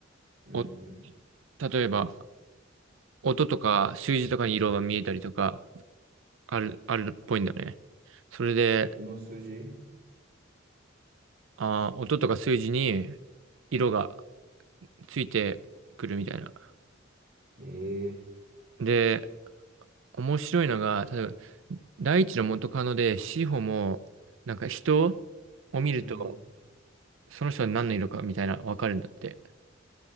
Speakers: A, on the right (about 55°); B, on the right (about 75°).
A: うんうん。
B: お、例えば、音とか数字とかに色が見えたりとか、ある、あるっぽいんだよね。それで、
A: 音の数字
B: あー、音とか数字に色がついてくるみたいな。
A: ええ
B: で、面白いのが、例えば、第一の元カノで、志保も、なんか人を見ると、
A: ーうん。
B: その人は何の色かみたいな、わかるんだって。